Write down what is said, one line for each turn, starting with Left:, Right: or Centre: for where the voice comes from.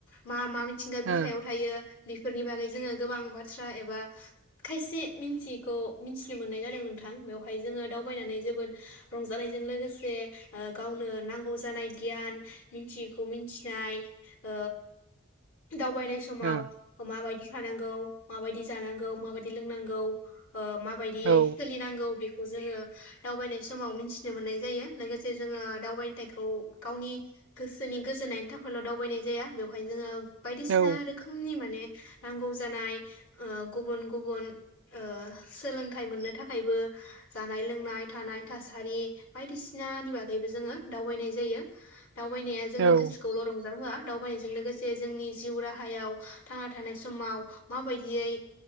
Left: मा मा? मिथिंगा बिखायाव
Right: ओ
Left: थायो। बेफोरनि बागै जोङो गोबां बाथ्रा एबा खायसे मिथियैखौ मिथिनो मोननाय जादों नोंथां बेवहाय जोङो दावबायनानै जोबोद रंजानायजों लोगोसे ओ गावनो नांगौ जानाय गियान मिथियैखौ मिथिनाय। हो दावबायनाय समाव
Right: ओ
Left: माबायदि थानांगौ माबायदि जानांगौ माबायदि लोंनांगौ माबायदि
Right: औ
Left: सोलिनांगौ खौ जोङो दावबायनाय समाव मोनथिनो मोननाय जायो लोगोसे जोङो दावबाय अ' गावनि गोसोनि गोजोननायनि थाखायल' दावबायनाय जाया बेवहाय जोङो बायदिसिना
Right: औ
Left: रोखोमनि माने नांगौ जानाय ओ गुबुन गुबुन ओ सोलोंथाइ मोननो थाखायबो जानाय लोंनाय थानाय थासारि बायदिसिनानि बागैबो जोङो दावबायनाय जायो। दावबायनाया जोंनि
Right: औ
Left: गोसोखौल' रंजा होआ। नायजों लोगोसे जोंनि जिउ राहायाव थांना थानाय समाव मा बायदियै